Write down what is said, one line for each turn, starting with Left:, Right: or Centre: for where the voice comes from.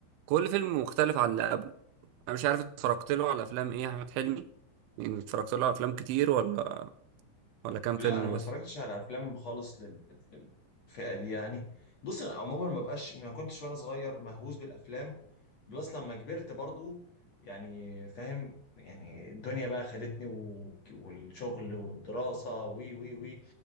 Right: كل فيلم مختلف عن اللي قبله انا مش عارف انت اتفرجت له على افلام ايه يا احمد حلمي يعني اتفرجت له على افلام كتير ولا ولا كام
Left: لا
Right: فيلم
Left: انا ما
Right: بس
Left: اتفرجتش على افلام خالص لل... للفئه دي يعني بص انا عموما ما بقاش ما كنتش وانا صغير مهووس بالافلام بلس لما كبرت برضو يعني فاهم يعني الدنيا بقى خدتني و... والشغل والدراسة وي وي وي